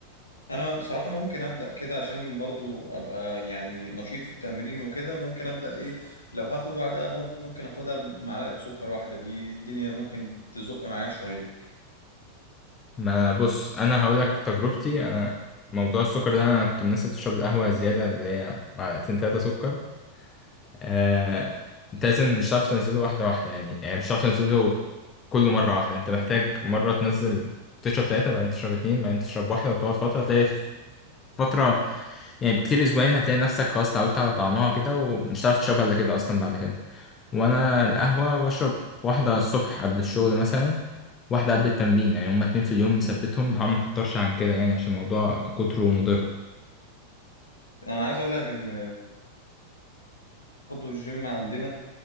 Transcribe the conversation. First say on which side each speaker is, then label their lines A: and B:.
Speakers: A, on the left (about 75°); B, on the left (about 25°).
A: انا صراحه ممكن ابدا كده عشان برضو ابقى يعني نشيط في التمرين وكده ممكن ابدا ايه لو هاخد واحده قهوه ممكن اخدها بمعلقه سكر واحده دي الدنيا ممكن تزق معايا شويه
B: ما بص انا هقول لك تجربتي انا موضوع السكر ده انا كنت من الناس اللي بتشرب القهوة زيادة اللي هي معلقتين تلاتة سكر آه، انت لازم مش هتعرف تنزله واحدة واحدة يعني يعني مش هتعرف تنزله كله مرة واحدة انت محتاج مرة تنزل تشرب تلاتة بعدين تشرب اتنين بعدين تشرب واحدة وتقعد فترة هتلاقي في فترة يعني بكتير اسبوعين هتلاقي نفسك خلاص اتعودت على طعمها كده ومش هتعرف تشربها الا كده اصلا بعد كده وانا القهوة بشرب واحدة الصبح قبل الشغل مثلا واحدة قبل التمرين يعني هما اتنين في اليوم مثبتهم بحاول ما اكترش عن كده يعني عشان الموضوع كتره مضر
A: انا عايز اقول لك ان برضه الجيم عندنا